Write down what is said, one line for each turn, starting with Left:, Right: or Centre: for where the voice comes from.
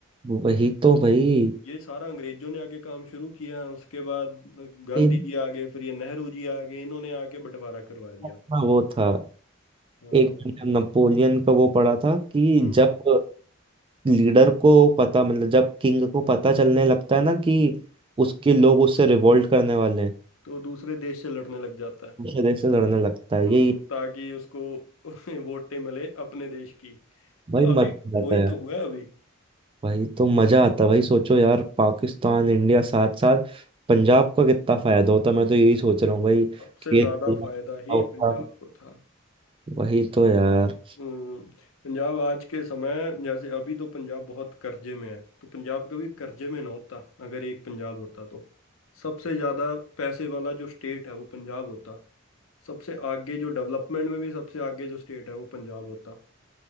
Right: वही तो भाई
Left: ये सारा अंग्रेजों ने आके काम शुरू किया उसके बाद गांधी
Right: इनका
Left: जी आ गए फिर ये नेहरू जी आ गए इन्होंने आके बंटवारा करवा दिया
Right: अपना वो था
Left: हाँ
Right: एक नपोलियन का वो पड़ा था कि
Left: हम्म
Right: जब लीडर को पता मतलब जब किंग को पता चलने लगता है ना कि उसके लोग उससे रिवोल्ट करने वाले हैं
Left: तो दूसरे देश से लड़ने लग जाता है
Right: दूसरे देश से लड़ने लगता है
Left: हम्म
Right: यही
Left: ताकि उसको <laughs> वोटें मिले अपने देश की
Right: भाई
Left: तो अभी
Right: मजा आता
Left: वही
Right: है यार
Left: तो हुआ है अभी
Right: भाई तो मजा आता है भाई सोचो यार पाकिस्तान इंडिया साथ साथ पंजाब का कितना फायदा होता मैं तो यही सोच रहा हूँ भाई
Left: सबसे
Right: खेत
Left: ज्यादा
Right: पूरा
Left: फायदा ही
Right: होता।
Left: पंजाब को था
Right: वही तो यार
Left: हम्म, पंजाब आज के समय जैसे अभी तो पंजाब बहुत कर्जे में है तो पंजाब कभी कर्जे में ना होता अगर एक पंजाब होता तो सबसे ज्यादा पैसे वाला जो स्टेट है वो पंजाब होता सबसे आगे जो डेवलपमेंट में भी सबसे आगे जो स्टेट है वो पंजाब होता